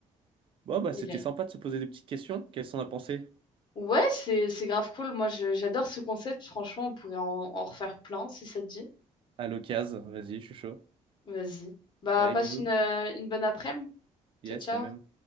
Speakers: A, on the right (about 45°); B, on the left (about 40°).
A: Bon, bah
B: il
A: c'était
B: est
A: sympa de se poser des petites questions. Qu'est-ce qu'on a pensé?
B: Ouais, c'est c'est grave cool. Moi, je- j'adore ce concept. Franchement, on pourrait en, en refaire plein si ça te dit.
A: À l'occasion, vas-y, je suis chaud.
B: Vas-y. Bah,
A: Allez,
B: passe
A: bisous.
B: une, euh, une bonne après-midi.
A: Yes,
B: Ciao, ciao.
A: la même.